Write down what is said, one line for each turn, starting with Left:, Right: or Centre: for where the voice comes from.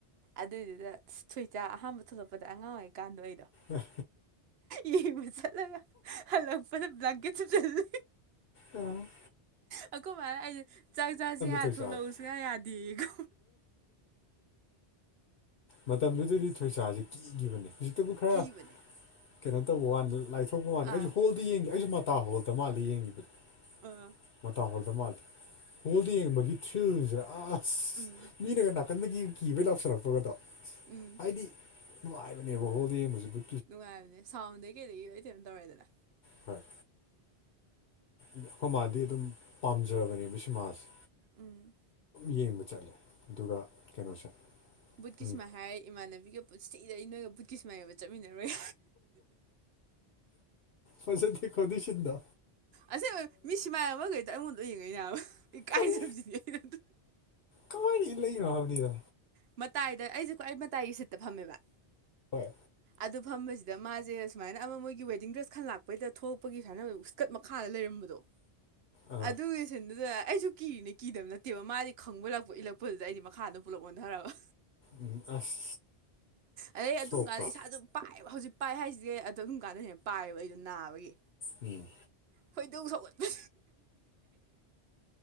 Right: ꯑꯗꯨꯏꯗꯨꯗ ꯊꯨꯆꯥ ꯑꯍꯥꯥꯟꯕ ꯊꯣꯛꯂꯛꯄꯗ ꯑꯉꯥꯡ ꯑꯣꯏꯩꯀꯥꯟꯗꯣ ꯑꯩꯗꯣ
Left: ꯎꯝ
Right: ꯌꯕꯨ ꯆꯠꯂꯒ ꯍꯜꯂꯛꯄꯗ ꯪꯀꯦꯁꯨ ꯆꯠꯂ
Left: ꯎꯝ
Right: ꯑꯩꯈꯣ ꯃꯥ ꯑꯩꯁꯦ ꯆꯥꯛ ꯆꯥꯁꯤꯦ ꯍꯥꯏ
Left: ꯊꯣꯏꯁꯥꯁꯦ
Right: ꯊꯣꯛꯂꯛꯎꯁꯨꯌꯥ ꯌꯥꯗꯦꯌꯦꯀꯣ
Left: ꯃꯇꯝꯗꯨꯗꯗꯤ ꯊꯣꯏꯁꯥꯁꯦ ꯀꯤꯈꯤꯕꯅꯤ ꯍꯧ ꯇꯕꯨ ꯈꯔ
Right: ꯀꯤꯕꯅꯦ
Left: ꯀꯩꯅꯣ ꯇꯧꯕ ꯋꯥꯅꯤ ꯂꯥꯏꯊꯣꯛꯄ ꯋꯥꯅꯤ ꯑꯩꯁꯨ
Right: ꯑꯥ
Left: ꯍꯣꯜ ꯑꯗꯨ ꯌꯦꯡꯒꯦ ꯑꯩꯁꯨ ꯃꯇꯥ ꯍꯣꯜꯗ ꯃꯥꯜꯂꯜꯂꯤ ꯌꯦꯡꯈꯤꯕꯗꯨꯅꯦ
Right: ꯑꯥ
Left: ꯃꯇꯥꯡ ꯍꯣꯜꯗ ꯃꯥꯜꯜꯂꯤꯦ ꯍꯣꯜꯗ ꯌꯦꯡꯕꯒꯤ ꯊꯁꯦ ꯑ ꯑꯁ
Right: ꯎꯝ
Left: ꯃꯤꯅꯒ ꯅꯥꯀꯟꯗꯒꯤ ꯀꯤꯕꯩ ꯂꯥꯎꯁꯜꯂꯛꯄꯒꯗꯣ
Right: ꯎꯝ
Left: ꯍꯥꯏꯗꯤ ꯅꯨꯡꯉꯥꯏꯕꯅꯦꯕ ꯍꯣꯗꯤ ꯌꯦꯡꯖꯤꯕꯨ
Right: ꯅꯨꯡꯉꯥꯏꯕꯅꯦ ꯁꯥꯎꯟꯗꯩ ꯀꯩꯗꯩ ꯀꯩꯅꯅꯝ ꯇꯧꯔꯦꯗꯅ
Left: ꯍꯣꯏ ꯑꯩꯈꯣꯏ ꯃꯥꯗꯤ ꯑꯗꯨꯝ ꯄꯥꯝꯖꯕꯅꯦꯕ ꯁꯤ ꯃꯥꯁꯦ
Right: ꯎꯝ
Left: ꯌꯦꯡꯕ ꯆꯠꯂꯦ ꯑꯗꯨꯒ ꯀꯩꯅꯣꯁꯦ
Right: ꯕꯨꯙꯀꯤꯁꯃ
Left: ꯎꯝ
Right: ꯍꯥꯏꯥꯏ ꯏꯃꯥꯟꯅꯕꯤꯒ ꯄꯨꯟꯁꯤꯤꯗ ꯅꯣꯏꯒ ꯕꯨꯠꯀꯤ ꯁꯨꯃꯥꯏꯅꯅꯕ ꯆꯠꯃꯤꯟꯅꯔꯣꯏ
Left: ꯐꯁꯗꯤ ꯈꯨꯗꯤꯁꯤꯗ
Right: ꯑꯁ ꯃꯤ ꯁꯤꯃꯥꯏ ꯑꯃꯈꯩꯗ ꯑꯩꯉꯣꯟꯗ ꯌꯦꯡꯉꯣꯏꯕ ꯀꯥꯏꯖꯕꯁꯤꯅꯦꯩꯅ
Left: ꯀꯔꯤ ꯀꯃꯥꯏꯅ ꯏ ꯂꯩꯅꯣ ꯍꯥꯏꯕꯅꯤꯗ
Right: ꯃꯇꯥꯏꯗ ꯑꯩꯁꯦꯀ꯭ꯋꯥ ꯑꯩ ꯃꯇꯥꯏꯒꯤ ꯁꯤꯠꯇ ꯐꯝꯃꯦꯕ
Left: ꯍꯣꯏ
Right: ꯑꯗꯨ ꯐꯝꯕꯁꯤꯗ ꯃꯥꯁꯦ ꯁꯨꯃꯥꯏꯅ ꯑꯃ ꯃꯣꯏꯒꯤ ꯋꯦꯗꯤꯡ ꯗ꯭ꯔꯦꯁ ꯈꯟ ꯂꯥꯛꯄꯩꯗ ꯊꯣꯛꯄꯒꯤ ꯁꯨꯃꯥꯏꯅ ꯁ꯭ꯀꯠ ꯃꯈꯥꯗ ꯂꯩꯔꯝꯕꯗꯣ
Left: ꯑꯥ
Right: ꯑꯗ ꯆ ꯑꯩ ꯀꯤꯔꯤꯅꯦ ꯀꯤꯗꯕ ꯅꯠꯇꯦꯕ ꯃꯥꯗꯤ ꯈꯪꯕ ꯂꯛꯄ ꯏꯜꯂꯛꯄꯗꯨꯗ ꯑꯩꯗꯤ ꯃꯈꯥꯗꯣ ꯄꯨꯂꯞ ꯑꯣꯟꯊ꯭ꯔꯔꯕ
Left: ꯎꯝ ꯑꯁ
Right: ꯑꯗꯩ ꯑꯗꯨꯝ
Left: ꯁꯣꯛꯄ꯭ꯔꯥ
Right: ꯀꯥꯟꯗ ꯏꯁꯥꯗ ꯄꯥꯏꯑꯕ ꯍꯧꯖꯤꯛ ꯄꯥꯏ ꯍꯥꯏꯁꯤꯗꯤ ꯑꯗꯣ ꯑꯗꯨꯝ ꯀꯥꯟꯗ ꯍꯦꯟꯅ ꯄꯥꯏꯌꯦꯕ ꯑꯩꯗꯣ ꯅꯥꯕꯒꯤ
Left: ꯎꯝ
Right: ꯈꯣꯏꯗꯧ ꯁꯧꯒꯠꯄ